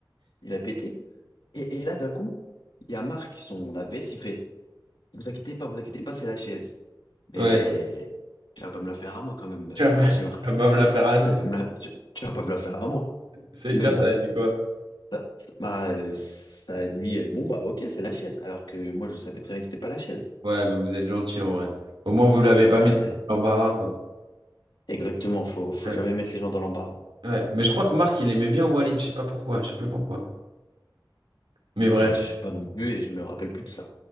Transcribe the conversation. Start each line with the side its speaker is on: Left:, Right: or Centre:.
Left: il a pété, et, et là, d'un coup, il y a Marc, son AVS, il fait, vous inquiétez pas, vous inquiétez pas, c'est la chaise. Mais
Right: Ouais.
Left: tu vas pas me la faire à moi quand même,
Right: Tu
Left: euh,
Right: vas
Left: mon
Right: pas
Left: petit
Right: tu
Left: Marc.
Right: vas pas me la faire. à- <laughs>
Left: Tu vas pas me la, tu, tu vas pas me la faire à moi.
Right: C'est
Left: Mais
Right: dire
Left: bon,
Right: ça a dit quoi?
Left: ça, bah, euh, ça a dit, euh, bon, bah ok, c'est la chaise, alors que moi, je savais très bien que c'était pas la chaise.
Right: Ouais, mais vous êtes gentil en vrai. Au moins, vous l'avez pas
Left: Bah,
Right: mis dans
Left: euh,
Right: l'embarras, quoi.
Left: Exactement, faut, faut
Right: Ouais.
Left: jamais mettre les gens dans l'embarras.
Right: Ouais. Mais je crois que Marc, il aimait bien Walid, je sais pas pourquoi, je sais plus pourquoi. Mais bref.
Left: Euh, je sais pas non plus et je me rappelle plus de ça.